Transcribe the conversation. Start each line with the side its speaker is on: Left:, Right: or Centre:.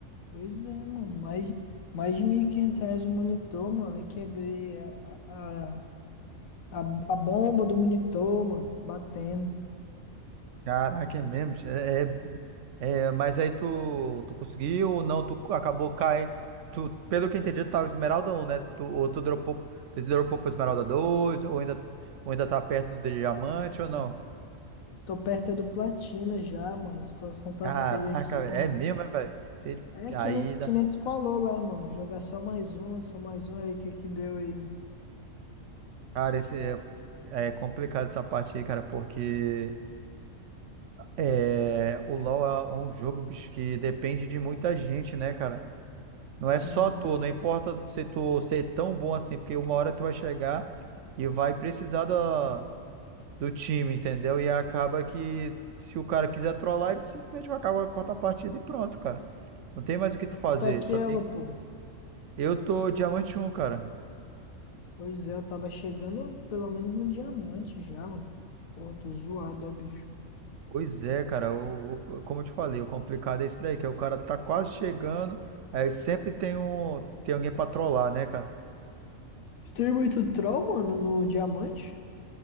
Left: Pois é, mano. Mais, mais de 1.500 reais o monitor, mano. E quebrei a, a, a, a bomba do monitor, mano. Batendo.
Right: Caraca, é mesmo? É, é, é, mas aí tu, tu conseguiu ou não? Tu acabou caindo. Tu, pelo que eu entendi, tu tava Esmeralda um, né? Tu, ou tu dropou, tu se dropou pra Esmeralda 2? ou ainda, ou ainda tá perto do diamante ou não?
Left: Tô perto é do platina já, mano. A situação tá
Right: Caraca,
Left: feia aqui,
Right: velho,
Left: ó, mano.
Right: é mesmo, é, velho? Você-
Left: É
Right: Aí,
Left: que nem,
Right: dá-
Left: que nem tu falou lá, mano. Jogar só mais um, só mais um aí. O Que que deu aí, mano?
Right: cara, esse, é, é complicado essa parte aí, cara, porque é, o LoL é um jogo, bicho, que depende de muita gente, né, cara? Não
Left: Sim.
Right: é só tu, não importa se tu ser tão bom assim, porque uma hora tu vai chegar e vai precisar da, do time, entendeu? E acaba que se o cara quiser trollar, ele simplesmente vai acabar com a partida e pronto, cara. Não tem mais o que tu fazer,
Left: Tá aqui
Right: só
Left: ela,
Right: tem...
Left: pô.
Right: Eu tô diamante um, cara.
Left: Pois é, eu tava chegando pelo menos no diamante já, mano. Pô, tô zoado, ó, bicho.
Right: Pois é, cara, o, o- como eu te falei, o complicado é esse daí, que é o cara tá quase chegando, aí sempre tem um, tem alguém pra trollar, né, cara?
Left: Tem muito troll, mano, no diamante?